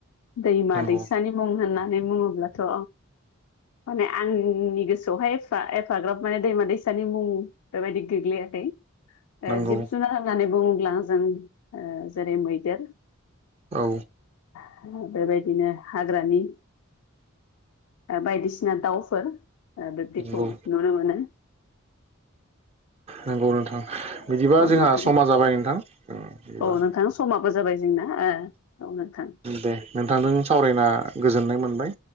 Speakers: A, on the left; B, on the right.
A: दैमा
B: नंगौ
A: दैसानि मुं होननानै बुङोब्लाथ' माने आंनि गोसोआवहाय एफा एफाग्राब माने दैमा दैसानि मुं बेबायदि गोग्लैयाखै
B: नंगौ
A: जिब जुनार होननानै बुङोब्ला जों ओ जेरै मैदेर
B: औ
A: ओ बेबायदिनो हाग्रानि बायदिसिना दाउफोर बिबदिखौ
B: नंगौ
A: नुनो मानो
B: नंगौ नोंथां बिदिबा
A: औ
B: जोंहा
A: नोंथां
B: समा जाबाय नोंथां। बिदिबा
A: औ नोंथां समाबो जाबाय जोंना औ नोंथां।
B: दे नोंथांजों सावरायना गोजोननाय मोनबाय।